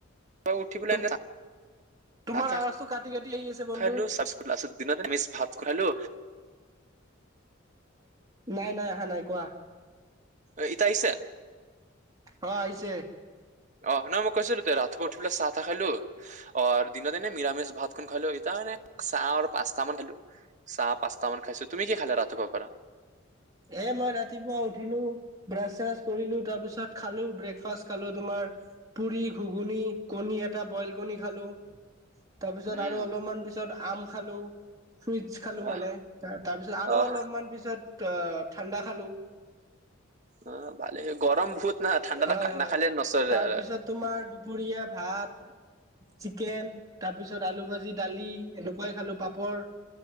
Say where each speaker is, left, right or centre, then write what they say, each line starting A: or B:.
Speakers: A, on the right; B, on the right.
A: অ' উঠি পেলাই
B: তুম
A: <unintelligible>
B: তোমাৰ আৱাজটো কাটি কাটি আহি আছে বন্ধু
A: খালো <unintelligible> <unintelligible> দিনতে মিচ ভাত খোৱালো
B: নাই, নাই, অহা নাই, কোৱা।
A: এ ইতা আহিছে?
B: অ, আহিছে।
A: অ, নহয় মই কৈছিলো তে ৰাতিপুৱা উঠি পেলাই চাহ তাহ খালো অ, দিনত এনে নিৰামিষ ভাতকন খালো এতা মানে চাহ আৰু পাস্তা মান খালো। চাহ পাঁচটামান খাইছো, তুমি কি খালা ৰাতিপুৱাৰ পৰা?
B: এ মই ৰাতিপুৱা উঠিলো ব্ৰাছ চাছ কৰিলো, তাৰ পিছত খালো, ব্ৰেকফাষ্ট খালো তোমাৰ পুৰি, ঘুগুনি, কণী এটা বইল কণী খালো তাৰ পিছত
A: উম
B: আৰু অলপমান পিছত আম খালো ফ্ৰুইটচ খালো
A: আহ
B: মানে, তাৰ পিছত আৰু
A: আহ
B: অলপমান পিছত অ ঠাণ্ডা খালো।
A: অ, ভালে, গৰম বহুত ন, ঠাণ্ডা
B: হয় হয়
A: নাখালে নচলে
B: তাৰ
A: আৰু।
B: পিছত তোমাৰ দুপৰীয়া ভাত চিকেন, তাৰপিছত আলু ভাজি, দালি, এনেকুৱাই খালো, পাপৰ